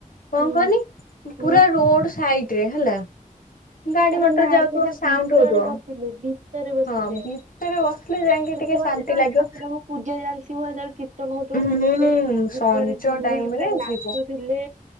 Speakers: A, on the left; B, on the right.
A: କଣ
B: ହୁଁ
A: କହନି
B: ହୁଁ
A: ପୁରା ରୋଡ ସାଇଡ ରେ ହେଲା। ଗାଡି
B: ଆରେ
A: ମଟର
B: ନା
A: ଯାଉଥିବ
B: ସେ ଯୋଉ
A: ସାଉଣ୍ଡ
B: ଭିତରେ
A: ହଉଥିବ।
B: ବସିଲେ ଭିତରେ ବସିଲେ
A: ହଁ ଭିତରେ ବସିଲେ ଯାଇକି
B: ସେତେବେଳେ
A: ଟିକେ ଶାନ୍ତି
B: ଯେତେବେଳେ
A: ଲାଗିବ
B: ଠାକୁରଙ୍କ ପୂଜା ଚାଲିଥିବ ସେତେବେଳେ କୀର୍ତ୍ତନ ହଉଥିବ
A: ହୁଁ
B: ସମସ୍ତେ ଭୀତରେ
A: ସଞ୍ଜ
B: ଝୁମିକି
A: ଟାଇମ
B: ପୁର
A: ରେ
B: ନାଚୁଥିଲେ
A: ଯିବୁ